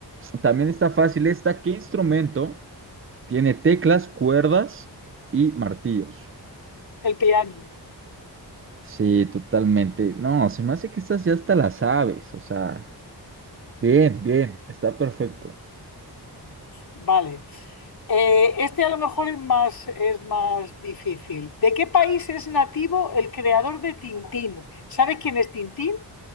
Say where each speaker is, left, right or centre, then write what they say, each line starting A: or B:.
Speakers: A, on the right; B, on the left.
A: también está fácil esta. ¿Qué instrumento tiene teclas, cuerdas y martillos?
B: <laughs> El piano.
A: Sí, totalmente. No, se me hace que estas ya hasta las sabes. O sea, bien, bien, está perfecto.
B: Vale. Eh, este a lo mejor es más, es más difícil. ¿De qué país es nativo el creador de Tintín? ¿Sabes quién es Tintín?